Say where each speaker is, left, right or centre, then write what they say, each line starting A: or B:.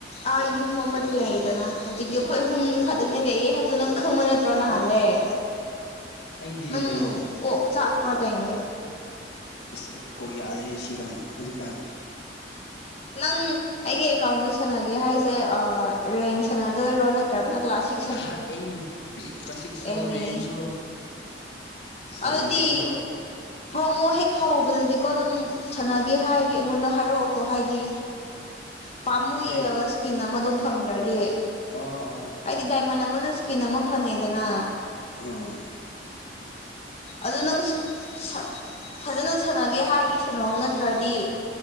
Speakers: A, on the left (about 35°); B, on the left (about 65°).
A: ꯑ ꯌꯨꯝ ꯑꯃꯗ ꯂꯩꯗꯅ ꯍꯧꯖꯤꯛꯇꯤ ꯑꯩꯈꯣꯏ ꯍꯨꯝ ꯈꯛꯇꯅꯦ ꯂꯩꯌꯦ ꯍ <unintelligible> ꯅꯪ ꯈꯪꯕ ꯅꯠꯇ꯭ꯔꯣ ꯅꯍꯥꯟꯗꯩ
B: ꯑꯣ ꯑꯣ ꯑꯣ ꯑꯣ ꯑꯩꯗꯤ
A: ꯅꯪ
B: ꯀꯩꯅꯣ
A: ꯀꯣꯛ ꯆꯥꯛꯄꯔ ꯀꯩꯅꯣ
B: ꯑꯁ ꯑꯩ ꯀꯣꯛ ꯌꯥꯗ꯭ꯔꯦ ꯁꯤꯀꯥꯟ ꯍꯧꯖꯤꯛꯀꯥꯟ
A: ꯅꯪ ꯑꯩꯒꯤ ꯑꯦꯀꯥꯎꯟꯗ ꯁꯥꯟꯅꯒꯦ ꯍꯥꯏꯁꯦ ꯑꯥ ꯔꯦꯡ ꯁꯥꯟꯅꯗꯣꯏꯔꯣ ꯅꯠꯇ꯭ꯔꯒꯅ ꯀ꯭ꯂꯥꯁꯤꯛ
B: ꯑꯦꯅꯤ ꯀ꯭ꯂꯥꯁꯤꯛꯁꯨ
A: ꯑꯦꯅꯤ
B: ꯔꯦꯡꯁꯨ ꯁꯅꯥꯒꯦ
A: ꯑꯗꯨꯗꯤ
B: ꯑꯗꯣ
A: ꯄ꯭ꯔꯣꯃꯣ ꯍꯦꯛ ꯍꯧꯕꯗꯗꯤꯀꯣ ꯅꯪ ꯁꯥꯟꯅꯒꯦ ꯍꯥꯏꯔꯗꯤ ꯑꯩꯉꯣꯟꯗ ꯍꯥꯏꯔꯛꯑꯣꯀꯣ ꯍꯥꯏꯗꯤ ꯄꯥꯝꯃꯨꯏꯌꯦꯕ
B: ꯀꯔꯤ
A: ꯏꯁꯀꯤꯟ ꯑꯃꯗꯣ ꯐꯪꯗꯔꯗꯤ
B: ꯑꯣ ꯑꯣ ꯑꯣ
A: ꯍꯥꯏꯗꯤ ꯗꯥꯏꯃꯟ ꯑꯃꯅ ꯏꯁꯀꯤꯟ ꯑꯃ ꯐꯪꯉꯦꯗꯅ
B: ꯑꯥ
A: ꯑꯗꯣ ꯅꯪ ꯁ ꯐꯖꯅ ꯁꯥꯟꯅꯒꯦ ꯍꯥꯏꯔꯗꯤ ꯁꯥꯟꯅꯧ ꯅꯠꯇ꯭ꯔꯗꯤ